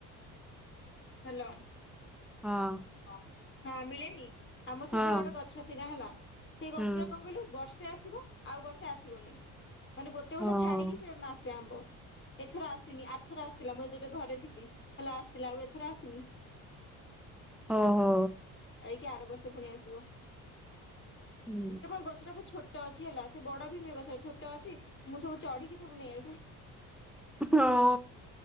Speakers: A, on the left; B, in the centre.
A: ହ୍ୟାଲୋ।
B: ହଁ।
A: ହ ହଁ ମିଳେନି ଆମର ସେଇଭଳିଆ
B: ହଁ
A: ଗୋଟେ ଗଛ ଥିଲା ହେଲା ସେଇ ଗଛଟା
B: ହୁଁ
A: କଣ କହିଲୁ? ବର୍ଷେ ଆସିବ ଆଉ ବର୍ଷେ ଆସିବନି ମାନେ ଗୋଟେ ବର୍ଷ
B: ଓହୋ
A: ଛାଡିକି ସେ ଆସେ ଆମ୍ବ। ଏଥର ଆସିନି ଆରଥର ଆସିଥିଲା ମୁଁ ଯେବେ ଘରେ ଥିଲି ହେଲା ଆସିଥିଲା ଆଉ ଏଥର ଆସିନି।
B: ଓ ହୋ।
A: ଯାଇକି ଆର ବର୍ଷ ପୁଣି ଆସିବ
B: ହୁଁ
A: <inaudible> ଗଛଟାକୁ ଛୋଟ ଛୋଟ ଅଛି ହେଲା ସେ ବଡ ବି ନୁହେ ଗଛ ଛୋଟ ଅଛି ମୁଁ ସବୁ ଚଢିକି ସବୁ ନେଇ ଆସେ।
B: ହଁ